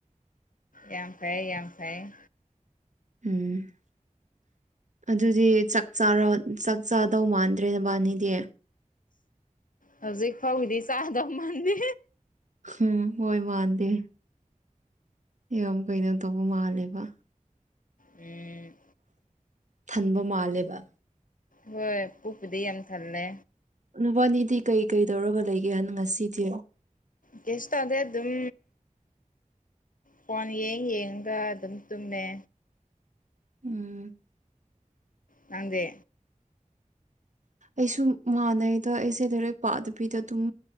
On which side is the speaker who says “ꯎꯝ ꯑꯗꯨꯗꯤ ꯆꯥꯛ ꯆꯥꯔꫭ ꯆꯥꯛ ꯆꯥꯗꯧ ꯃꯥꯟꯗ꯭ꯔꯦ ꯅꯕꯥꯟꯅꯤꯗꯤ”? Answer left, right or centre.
Right